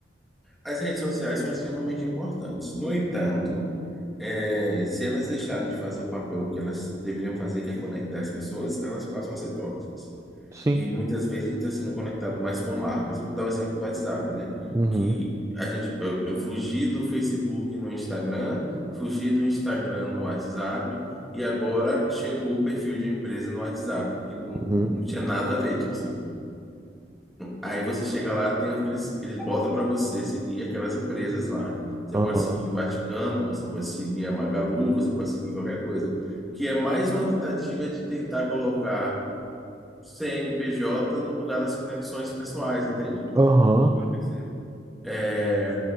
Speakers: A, in the centre; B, on the right.
A: As redes sociais são extremamente importantes. No entanto, é, se elas deixarem de fazer o papel que elas deveriam fazer, que é conectar as pessoas, elas passam a ser tóxicas.
B: Sim.
A: E muitas vezes a gente está sendo conectado mais com marcas. Eu vou dar o exemplo do WhatsApp, né?
B: Uhum,
A: Que a gente, eu, eu fugi do Facebook no Instagram, fugi do Instagram no WhatsApp, e agora chegou o perfil de empresa no WhatsApp, que não,
B: uhum,
A: não tinha nada a ver. Tipo assim, aí você chega lá, tem aqueles, eles botam para você seguir aquelas empresas lá. Você
B: aham,
A: pode seguir o Vaticano, você pode seguir a Magalu, você pode seguir qualquer coisa. Que é mais uma tentativa de tentar colocar CNPJ no lugar das conexões pessoais, entende?
B: aham,
A: O que eu percebo. É,